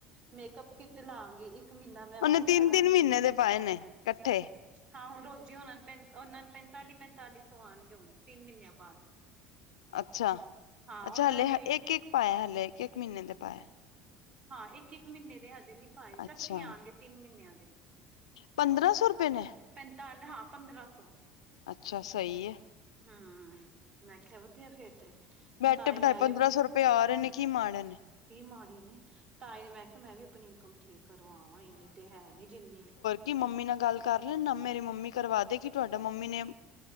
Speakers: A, on the right; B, on the left.
A: ਮੇਕਅਪ ਕਿੱਟ ਲਾਵਗੀ ਇੱਕ ਮਹੀਨਾ ਮੈਂ
B: ਉਹਨੇ
A: ਉਹ
B: ਤਿੰਨ
A: ਕਰਾਂਗੀ
B: ਤਿੰਨ ਮਹੀਨੇ ਦੇ ਪਾਏ ਨੇ ਇਕੱਠੇ
A: ਹਾਂ ਹੁਣ ਰੋਜ਼ੀ ਉਹਨਾਂ ਨੂੰ ਪ ਉਹਨਾਂ ਨੂੰ ਪੈਂਤਾਲੀ ਪੈਤਾਲੀ ਸੌ ਆਉਣਗੇਣ ਤਿੰਨ ਮਹੀਨਿਆਂ ਬਾਅਦ
B: ਅੱਛਾ
A: ਹਾਂ
B: ਅੱਛਾ
A: ਉਹਨਾਂ
B: ਹਲੇ
A: ਨੇ ਵੀ
B: ਇੱਕ ਇੱਕ ਪਾਾਇਆ ਹਲੇ ਇੱਕ ਇੱਕ ਮਹੀਨੇ ਦੇ ਪਾਾਇਆ
A: ਹਾਂ ਇੱਕ ਇੱਕ ਮਹੀਨੇ ਦੇ ਹਜੇ ਨਹੀਂੀ ਪਾਏ ਇਕੱਠੇ
B: ਅੱਛਾ
A: ਆਉਣਗੇ ਤਿੰਨ ਮਹੀਨਿਆਂ ਦੇ
B: ਪੰਦਰਾਂ ਸੌ ਰੁਪਏ ਨੇ
A: ਪੈਂਤਾਲੀ ਹਾਂ ਪੰਦਰਾਂ ਸੌ
B: ਅੱਛਾ ਸਹੀ ਹੈ
A: <unintelligible> ਮੈਂਖਿਆ ਵਧੀਆ ਫੇਰ ਤੇ
B: ਬੈਠੇ
A: ਤਾਂ ਹੀ
B: ਬਿਠਾਏ
A: ਮੈਂ
B: ਪੰਦਰਾਂ
A: ਵੀ
B: ਸੌ ਰੁਪਏ ਆ ਰਹੇ ਨੇ ਕੀ ਮਾੜੇ ਨੇ
A: ਕੀ ਮਾੜੇ ਨੀ ਤਾਈ ਨੇ ਮੈਂ ਕਿਹਾ ਮੈਂ ਵੀ ਆਪਣੀ ਇਨਕਮ ਠੀਕ ਕਰਵਾਵਾਂ ਇੰਨੀ ਤੇ ਹੈ ਨੀ ਜਿੰਨੀ
B: ਕਿ ਮੰਮੀ ਨਾਲ ਗੱਲ ਕਰ ਲੈਣ ਨਾ ਮੇਰੀ ਮੰਮੀ ਕਰਵਾ ਦੇ ਕਿ ਤੁਹਾਡਾ ਮੰਮੀ ਨੇ